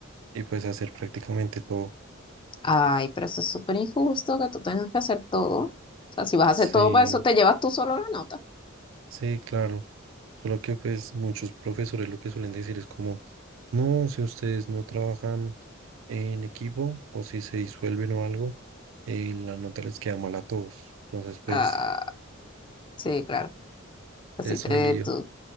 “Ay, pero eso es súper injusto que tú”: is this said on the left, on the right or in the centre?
Left